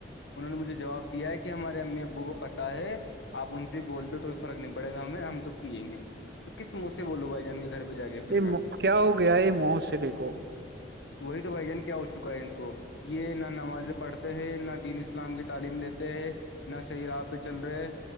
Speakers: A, on the left; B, on the right.
A: انہوں نے مجھے جواب دیا ہے کہ ہمارے امی ابو کو پتہ ہے آپ ان سے بول دو توئی فرق نہیں پڑے گا ہم میں ہم تو پیئیں گے تو کس منہ سے بولو بھائی جان کے گھر پہ جا کے پھر
B: یہ
A: میں
B: کیا ہو گیا یہ معاسرے کو
A: وہی تو بھائی جان کیا ہو چکا ہے ان کو یہ نہ نمازیں پڑھتے ہے نہ دین اسلام کی تعلیم لیتے ہے نہ صحیح رپ بھی چل رہے